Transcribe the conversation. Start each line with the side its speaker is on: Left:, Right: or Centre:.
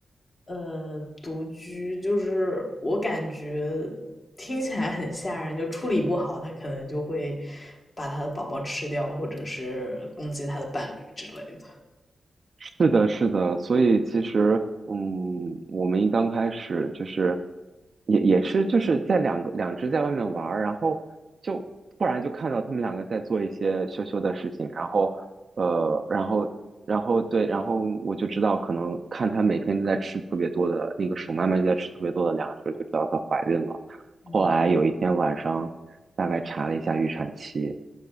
Left: 呃，独居，就是我感觉听起来很吓人，就处理不好，它可能就会把它的宝宝吃掉，或者是攻击它的伴侣之类的。
Right: 是的，是的，所以其实，嗯，我们一刚开始就是也也是就是在两个两只在外面玩儿，然后就突然就看到他们两个在做一些羞羞的事情，然后呃，然后然后对，然后我就知道可能看它每天都在吃特别多的那个鼠妈妈就在吃特别多的粮食，就知道它怀孕了。后来有一天晚上，
Left: 嗯，
Right: 大概查了一下预产期，